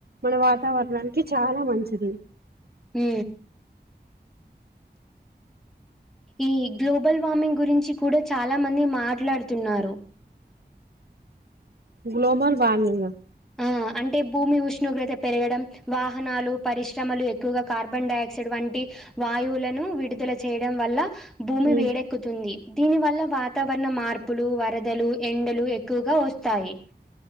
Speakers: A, on the right; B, in the centre.
A: మన వాతావరణానికి చాలా మంచిది
B: మ్ ఈ గ్లోబల్ వార్మింగ్ గురించి కూడా చాలా మంది మాట్లాడుతున్నారు
A: గ్లోబల్ వార్మింగ్
B: ఆ అంటే భూమి ఉష్ణోగ్రత పెరగడం వాహనాలు పరిశ్రమలు ఎక్కువగా కార్బన్ డైఆక్సైడ్ వంటి వాయువులను విడుదల చేయడం వల్ల భూమి
A: ఉమ్
B: వేడెక్కుతుంది దీని వల్ల వాత వాతావరణ మార్పులు వరదలు ఎండలు ఎక్కువగా వస్తాయి